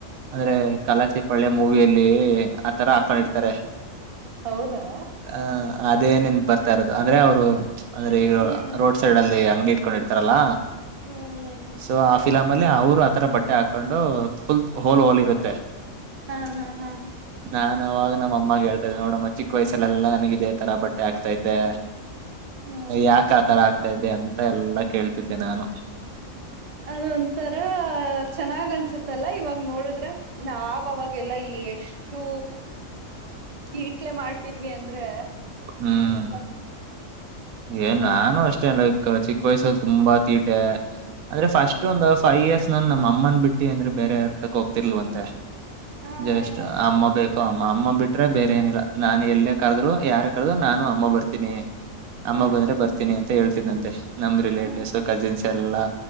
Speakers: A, on the right (about 85°); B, on the right (about 40°).
A: ಅಂದ್ರೆ ಕಲಾಸಿ ಪಳೆ ಮೂವಿಯಲ್ಲಿ ಆತರ ಹಕಳಿಡ್ತಾರೆ
B: ಹೌದಾ
A: ಅ ಅದೇನೇನ್ ಬರ್ತಾ ಇರೋದು ಅಂದ್ರೆ ಅವ್ರು ಅಂದ್ರೆ ಈ
B: ಹ್ಮ್
A: ರೋಡ್ ಸೈಡ್ ಅಲ್ಲಿ ಅಂಗಡಿ ಕೊಂಡಿತಾರಲ್ಲ
B: ಹ್ಮ್
A: ಸೊ ಆಫಿಲ ಆಮೇಲೆ ಅವ್ರು ಆತರ ಬಟ್ಟೆ ಹಾಕೊಂಡು ಫುಲ್ ಹೋಲ್ ಹೋಲ್ ಇರುತ್ತೆ
B: ಹಾ ಹಾ ಹಾ
A: ನಾ ಅವಾಗ ನಮ್ಮ ಅಮ್ಮಗೆ ಹೇಳ್ತಾ ನೋಡಮ್ಮ ಚಿಕ್ಕ ವಯ್ಸಲ್ಲೆಲ್ಲಾ ನನಗಿದೆ ಆ ತರ ಬಟ್ಟೆ ಆಗ್ತಾ ಇದೆ
B: ಹ್ಮ್
A: ಯಾಕ ಆ ತರ ಆಗ್ತಾ ಇದೆ ಅಂತ ಎಲ್ಲಾ ಕೇಳ್ತಿದ್ದೆ ನಾನು
B: ಅದೊಂಂತರ ಚೆನ್ನಾಗ್ ಅನ್ಸತ್ತಲ್ಲಾ ಇವಾಗ ನೋಡಿದ್ರೆ ಆವಾಗೆಲ್ಲಾ ಎಷ್ಟ ಅಷ್ಟು ಈಟ್ಲೆ ಮಾಡ್ತಿದ್ವಿ ಅಂದ್ರೆ
A: ಹ್ಮ್
B: ಯಪ್ಪಾ
A: ಏನ ನಾನು ಅಷ್ಟೇ ಲೈಕ್ ಚಿಕ್ಕ ವಯಸ್ಸಲ್ಲಿ ತುಂಬಾ ತೀಟೆ ಅಂದ್ರೆ ಫಸ್ಟ್
B: ಹ್ಮ್
A: ಒಂದು ಫೈವ ಇಯರ್ಸ್ ನನ್ ನಮ್ಮ ಅಮ್ಮನನ್ ಬಿಟ್ಟ ಅಂದ್ರೆ ಬೇರೆ ಯಾರ್ ತ ಹೋಗ್ ರ್ವ ಅಂತೆ
B: ಹಾ
A: ಜಸ್
B: ಹಾ ಹಾ
A: ಅಮ್ಮ ಬೇಕೋ ಅಮ್ಮ ಅಮ್ಮ ಬಿಟ್ರೆ ಬೇರೆ ಏನಿಲ್ಲ ನಾನನ್ ಎಲ್ಲೇ ಕರೆದ್ರು ಯಾರ ಕರೆದ್ರು ನಾನು ಅಮ್ಮ ಬರ್ತೀನಿ ಅಮ್ಮ
B: ಹಾ
A: ಬಂದ್ರೆ
B: ಹಾ
A: ಬರ್ತೀನಿ ಅಂತ ಹೇಳ್ತಿದ್ಂತೆ ನಮ್ ರಿಲೇಟಿವ್ಸ್
B: ಹಾ
A: ಕಜಿನ್ಸ್ ಎಲ್ಲಾ